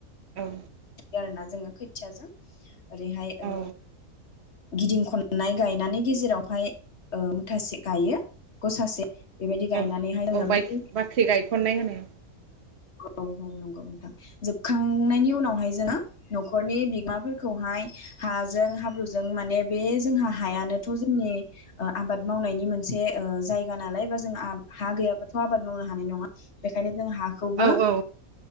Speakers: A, on the right; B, on the left.
A: औ।
B: गारोना जोङो खोथियाजों ओरैहाय ओ
A: औ
B: गिदिं खननाय गायनानै गेजेरावहाय ओ मुथासे गायो गसासे बेबायदि गायनानैहाय
A: औ
B: जोङो
A: औ बाइक
B: बे <inaudible>
A: बाख्रि गायखननाय होनो
B: औ औ नंगौ नोंथां जोबखांनायनि उनावहाय जोङो नखरनि बिगोमाफोरखौहाय हाजों हाब्रुजों माने बे जोंहा हायानोथ' जोंनि ओ आबाद मावनायनि मोनसे ओ जायगा नालाय बा जों हा गैयाबाथ' आबाद मावनो हानाय नङा बेखायनो जों हाखौबो
A: औ औ